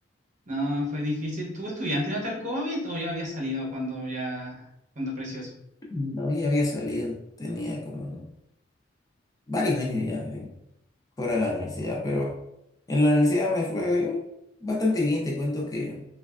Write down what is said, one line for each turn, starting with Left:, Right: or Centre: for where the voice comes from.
Right: no, fue difícil. ¿Tú estudiaste durante el COVID o ya había salido cuando ya, cuando apareció eso?
Left: No, ya había salido, tenía como unos- varios años ya en- fuera de la universidad, pero en la universidad me fue bastante bien. Te cuento que,